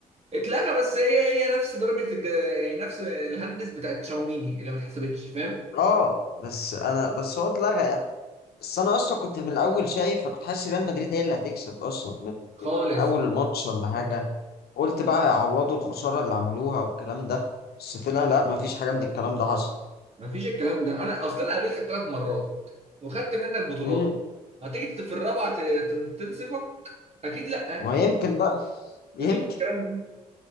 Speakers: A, on the right (about 35°); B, on the left (about 55°).
A: اتلغى بس هي هي نفس ضربه الج... يعني نفس الهندس بتاعت شاوميني اللي ما اتحسبتش فاهم
B: اه بس انا بس هو اتلغى يعني بس انا اصلا كنت من الاول شايف كنت حاسس ريال مدريد هي اللي هتكسب اصلا من...
A: خالص
B: من اول الماتش ولا حاجة قلت بقى هيعوضوا الخسارة اللي عملوها والكلام ده بس طلع لا مفيش حاجة من الكلام ده حصل
A: ما فيش الكلام ده انا اصلا أنا قابلتك ثلاث مرات وخدت منك بطولات
B: مم.
A: هتيجي في الرابعه ت- تن- تنصفك اكيد لا
B: ما يمكن بقى يمكن
A: ما فيش الكلام ده